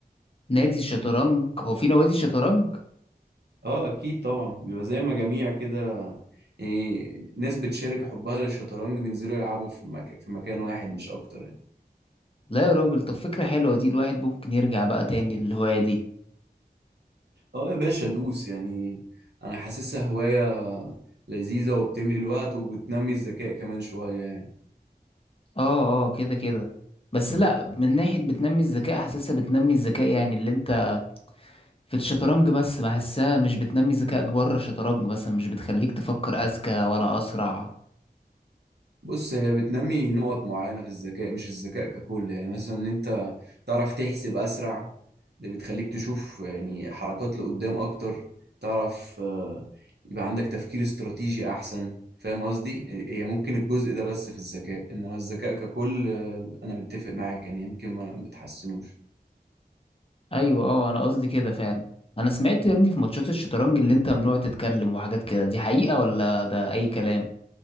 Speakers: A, on the left; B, on the right.
A: نادي الشطرنج هو في نوادي شطرنج
B: اه اكيد طبعا بيبقى زي مجاميع كده يعني ناس بتشارك حبها للشطرنج بينزلوا يلعبوا في مك... في مكان واحد مش اكتر يعني
A: لا يا راجل طب فكرة حلوة دي الواحد ممكن يرجع بقى تاني للهواية دي
B: اه يا باشا دوس يعني انا حاسسها هواية لذيذة وبتملي الوقت وبتنمي الذكاء كمان شوية يعني
A: اه اه كده كده بس لا من ناحية بتنمي الذكاء حاسسها بتنمي الذكاء يعني اللي انت في الشطرنج بس بحسها مش بتنمي ذكائك بره الشطرنج مثلا مش بتخليك تفكر أذكى ولا أسرع
B: بص هي بتنمي نقط معينة في الذكاء مش الذكاء ككل يعني مثلا ان انت تعرف تحسب اسرع ده بتخليك تشوف يعني حركات لقدام اكتر تعرف آه، يبقى عندك تفكير استراتيجي احسن فاهم قصدي هي ممكن الجزء ده بس في الذكاء انما الذكاء ككل آه، انا متفق معاك يعني يمكن ما بتحسنوش
A: أيوة اه أنا قصدي كده فعلا أنا سمعت يا ابني في ماتشات الشطرنج اللي انت ممنوع تتكلم وحاجات كده دي حقيقة ولا ده أي كلام